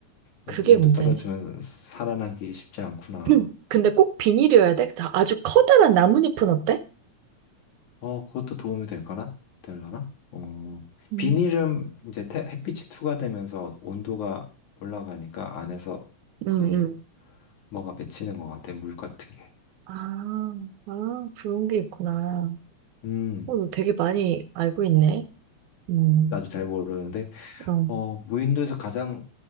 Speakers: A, on the right; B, on the left.
A: 그게
B: 이 무인도
A: 문제네.
B: 떨어지면 살아남기 쉽지 않구나.
A: <clears throat> 근데 꼭 비닐이어야 돼? 자, 아주 커다란 나뭇잎은 어때?
B: 어, 그것도 도움이 될까나? 될라나? 어,
A: 음.
B: 비닐은 이제 태- 햇빛이 투과되면서 온도가 올라가니까 안에서
A: 응,
B: 그
A: 응.
B: 뭐가 맺히는 것 같아, 물 같은 게.
A: 아, 아, 그런 게 있구나.
B: 음,
A: 어, 너 되게 많이 알고 있네. 음,
B: 나도 잘 모르는데,
A: 어.
B: 어, 무인도에서 가장